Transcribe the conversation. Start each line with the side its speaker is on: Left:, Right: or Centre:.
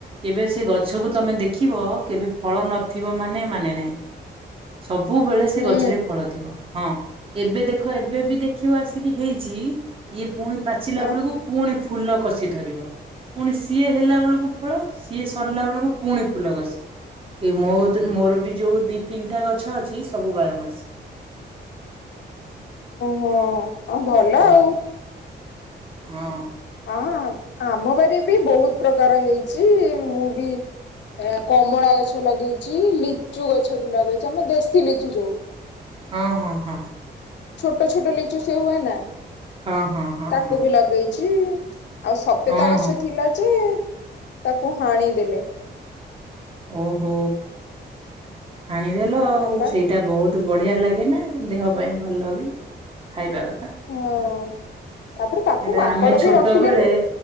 Right: କେବେ ସେ ଗଛକୁ ତମେ ଦେଖିବ, କେବେ ଫଳ ନଥିବ ମାନେ ମାନେ ନାହିଁ। ସବୁବେଳେ ସେ
Left: ହୁଁ
Right: ଗଛରେ ଫଳ ଥିବ। ହଁ। ଏବେ ଦେଖ ଏବେ ବି ଦେଖିବ ଆସିକି ହେଇଚି, ଇଏ ପୁଣି ପାଚିଲା
Left: ହଁ
Right: ବେଳକୁ ପୁଣି ଫୁଲ କଷି ଧରିବ। ପୁଣି ସିଏ ହେଲା ବେଳକୁ ଫଳ, ସିଏ ସରିଲା ବେଳକୁ ପୁଣି ଫୁଲ, କଷି। ଏ ମୋ ମୋର ବି ଯୋଉ ଦି ତିନିଟା ଗଛ ଅଛି, ସବୁ ବାର ମାସି।
Left: ହଁ- ହଁ ଭଲ
Right: ହଁ
Left: ଆଉ।
Right: ହଁ।
Left: ଆ ଆମ ବାରିରେ ବି ବହୁତ୍ ପ୍ରକାର ହେଇଚି, ମୁଁ ବି ଏ କମଳା ଗଛ ଲଗେଇଛି, ଲିଚୁ ଗଛ ବି ଲଗେଇଚି, ଆମ ଦେଶୀ ଲିଚୁ ଯୋଉ
Right: ହଁ-ହଁ-ହଁ।
Left: ଛୋଟ ଛୋଟ ଲିଚୁ ସେ ହୁଏ ନା,
Right: ହଁ ହଁ
Left: ତାକୁ
Right: ହଁ
Left: ବି ଲଗେଇଚି। ଆଉ ସପେତା
Right: ହଁ ହଁ
Left: ଗଛ
Right: ହଁ
Left: ଥିଲା ଯେ, ତାକୁ ହାଣିଦେଲେ।
Right: ଓ ହୋ ହାଣିଦେଲ ଆଉ
Left: ହଁ ବା
Right: ସେଇଟା ବହୁତ୍ ତୁ ବଢିଆ ଲାଗେ ନା, ଦେହ ପାଇଁ ଭଲ ବି ଖାଇବା କଥା।
Left: ହଁ
Right: ସେଟା
Left: ତାପରେ ତାକୁ ମାଙ୍କଡ
Right: ଆମେ
Left: ବି
Right: ଛୋଟ
Left: ରଖିଲେନି
Right: ବେଳେ